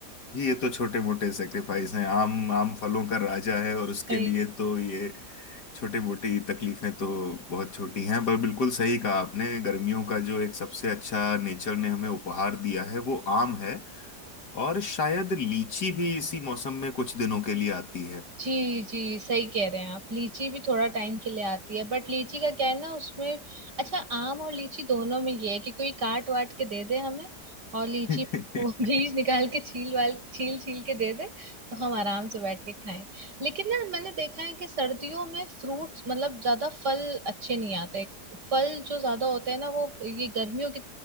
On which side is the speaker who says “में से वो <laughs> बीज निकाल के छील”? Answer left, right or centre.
Right